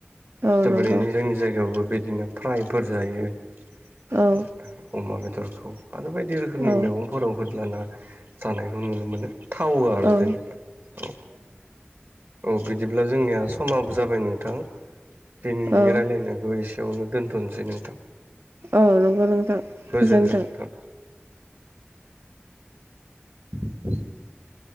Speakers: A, on the right (about 85°); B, on the right (about 70°).
A: औ
B: जोबोरैनो
A: नंगौ
B: जोंनि जायगायावबो बिदिनो फ्रायफोर जायो।
A: औ
B: जेनेबा अमा बेदरखौ आरो बायदि रोखोमनि
A: औ
B: मैगंफोराव हो। नाना जानायखौ नुनो मोनो। थावो आरो
A: औ
B: जेनेबा औ औ बिदि ब्ला जोंनिया समाबो जाबाय नोंथां दिनैनि
A: औ
B: रायज्लायनो एसे वानो दोन्थ'नोसै नोंथां
A: औ नंगौ नोंथां
B: गोजोनथों
A: गोजोन्थों
B: नोंथां। <inaudible>